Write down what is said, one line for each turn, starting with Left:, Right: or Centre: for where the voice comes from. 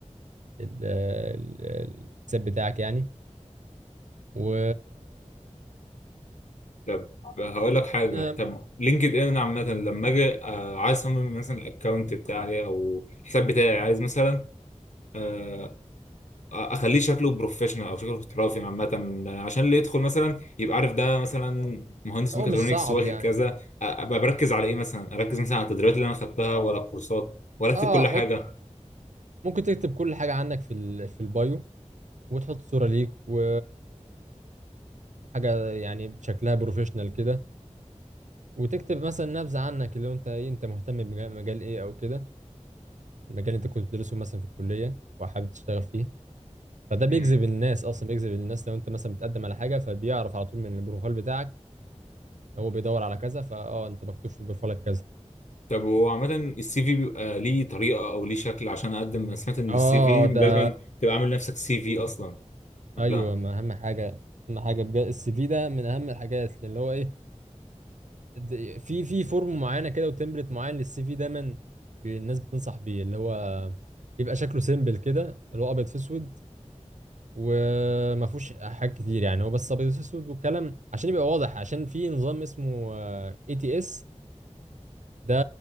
Right: ال... ال- الحساب بتاعك يعني و
Left: طب هقول
Right: ممكن
Left: لك حاجه
Right: آه،
Left: طب لينكد ان عامه لما اجي آه، عايز اصمم مثلا الاكونت بتاعي او الحساب بتاعي عايز مثلا آه، اخليه شكله بروفيشنال او شكله احترافي عامه آه، عشان اللي يدخل مثلا يبقى عارف ده مثلا مهندس
Right: هو
Left: ميكاترونكس
Right: مش صعب
Left: واخد
Right: يعني
Left: كذا آه، ابقى بركز على ايه مثلا اركز مثلا على التدريبات اللي انا خدتها ولا الكورسات ولا
Right: اه
Left: اكتب كل
Right: حط
Left: حاجه
Right: ممكن تكتب كل حاجة عنك في ال... في البايو وتحط صورة ليك و حاجة يعني شكلها بروفيشنال كده وتكتب مثلا نبذة عنك اللي هو انت ايه انت مهتم بمجال مجال ايه او كده المجال اللي انت كنت بتدرسه مثلا في الكلية وحابب تشتغل فيه فده بيجذب
Left: مم.
Right: الناس اصلا بيجذب الناس لو انت مثلا بتقدم على حاجة فبيعرف على طول من البروفايل بتاعك هو بيدور على كذا فاه انت مكتوب في بروفايلك كذا
Left: طب هو عامة السي في بيبقى ليه طريقة أو ليه شكل عشان أقدم أنا سمعت إن السي
Right: اه
Left: في لازم
Right: ده
Left: تبقى عامل نفسك سي في أصلا قبلها
Right: ايوه ما اهم حاجة اهم حاجة بجد السي في ده من اهم الحاجات اللي هو ايه د- في في فورم معينه كده وتمبلت معين للسي في دايما بي- الناس بتنصح بيه اللي هو يبقى شكله سيمبل كده اللي هو ابيض في اسود وما فيهوش حاجات كتير يعني هو بس ابيض في اسود والكلام عشان يبقى واضح عشان في نظام اسمه اي تي اس ده